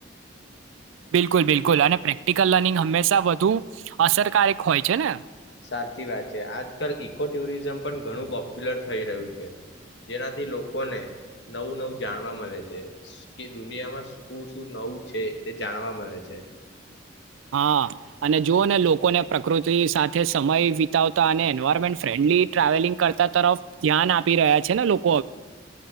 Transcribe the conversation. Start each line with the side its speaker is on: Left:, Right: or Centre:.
Right: બિલકુલ બિલકુલ અને પ્રેક્ટિકલ લર્નિંગ હંમેશા વધુ અસરકારક હોય છે ને
Left: સાચી વાત છે આજકાલ ઇકો ટુરિઝમ પણ ઘણું પોપ્યુલર થઈ રહ્યું છે જેનાથી લોકોને નવું નવું જાણવા મલે છે કે દુનિયામાં શું શું નવું છે તે જાણવા મલે છે.
Right: હા અને જુઓ ને લોકોને પ્રકૃતિ સાથે સમય વિતાવતા અને એન્વાયરમેન્ટ ફ્રેન્ડલી ટ્રાવેલિંગ કરતા તરફ ધ્યાન આપી રહ્યા છે ને લો-